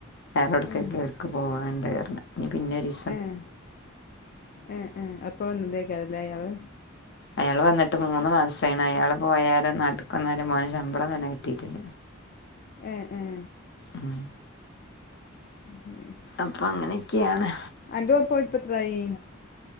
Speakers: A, on the left; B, on the left.
A: വേറെടക്കൊക്കെ
B: ഏഹ്
A: അവർക്ക് പോകാനുണ്ടരഞു ഇനി പിന്നെരിക്ക
B: ഏഹ് ഏഹ് ഏഹ് അപ്പൊ വന്നതേക്കാരല്ലേ അയാള്
A: അയാള് വന്നിട്ട് മൂന്ന് മാസായിണ് അയാള് പോയാരെ നാട്ടിക്ക് വന്നാരെ മോൻ ശമ്പളം തന്നെ കിട്ടിയിട്ടില്ല
B: ഏഹ് ഏഹ്
A: ഉം
B: ആഹ്
A: അപ്പം അങ്ങനെയൊക്കെയാണ്
B: അന്റെ മോൻ പോയിട്ട് പ്പോത്രായായി